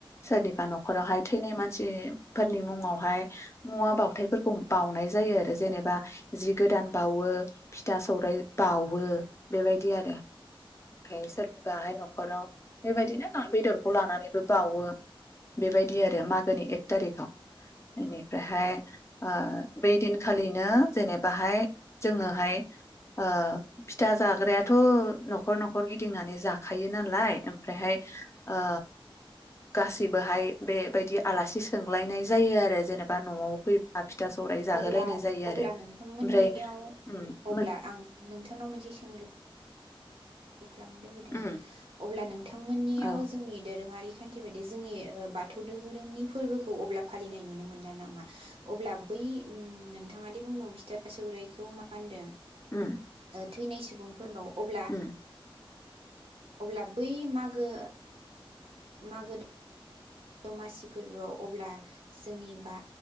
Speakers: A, on the left (about 30°); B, on the right (about 75°).
A: सोरनिबा न'खरावहाय थैनाय मानसिफोरनि मुङावहाय मुवा बाथायफोरखौ बाउनाय जायो आरो जेनेबा जि गोदान बावो फिथा सौराइ बावो बेबायदि आरो ओमफ्राय सोरनिबाहाय न'खराव बेबायदिनो ना बेदरखौ लानानैबो बावो बेबायदि आरो मागोनि एक थारिखआव बेनिफ्रायहाय ओ बै दिनखालिनो जेनेबाहाय जोङोहाय ओ फिथा जाग्रायाथ' न'खर न'खर गिदिंनानै जाखायो नालाय ओमफ्रायहाय ओ गासिबोहाय बेबायदि आलासि सोंलायनाय जायो आरो जेनेबा न'आव फैबा फिथा सौराइ जाहोलायनाय
B: अब्ला
A: जायो
B: अब्ला
A: आरो
B: नोंथांमोननियाव
A: ओमफ्राय उम।
B: अब्ला
A: मोन
B: आं नोंथांनाव मोनसे सोंलु खालामनो लुबैदों
A: उम
B: अब्ला नोंथांमोननियाव
A: औ
B: जोंनि दोरोङारि खान्थि बायदि जोंनि बाथौ दोहोरोमनि फोरबोखौ अब्ला फालिनाय नुनो मोनला नामा अब्ला बै नोंथाङादि बुंदों फिथा सौराइखौ मा होनदों
A: उम।
B: ओ थैनाय सुबुंफोरनो बावो। अब्ला
A: उम
B: अब्ला बै मागो। मागो। दमासि फोरबोआव अब्ला जोंनि बा